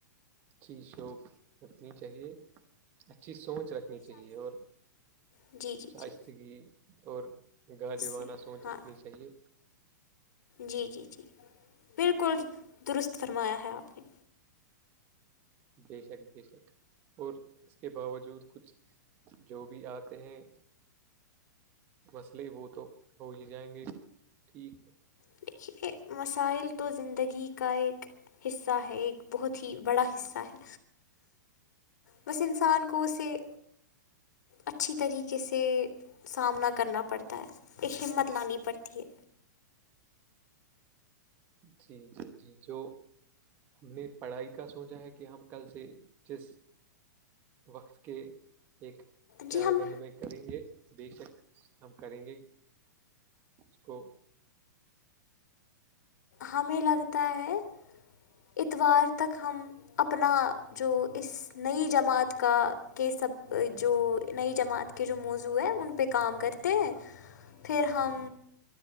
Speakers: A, on the right; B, on the left.
A: اچھی شوق رکھنی چاہیے اچھی سوچ رکھنی چاہیے اور
B: جی جی
A: شائستہ
B: جی
A: ی اور گالی
B: سے
A: وانہ سوچ
B: ہاں
A: رکھنی چاہیے
B: جی جی جی بالکل درست فرمایا ہے آپ نے
A: بے شک بے شک اور اس کے باوجود کچھ جو بھی آتے ہیں مسئلے وہ تو ہو ہی جائیں گے ٹھیک ہے
B: دیکھیے مسائل تو زندگی کا ایک حصہ ہے ایک بہت ہی بڑا حصہ ہے بس انسان کو اسے اچھی طریقے سے سامنا کرنا پڑتا ہے ایک ہمت لانی پڑتی ہے
A: جی جی جی جو ہم نے پڑھائی کا سوچا ہے کہ ہم کل سے جس وقت کے ایک
B: جی
A: پائے
B: ہم
A: بند میں کریں گے بے شک ہم کریں گے اس کو
B: ہمیں لگتا ہے اتوار تک ہم اپنا جو اس نئی جماعت کا کے سب جو نئی جماعت کا کے جو موضوع ہے ان پہ کام کرتے ہیں پھر ہم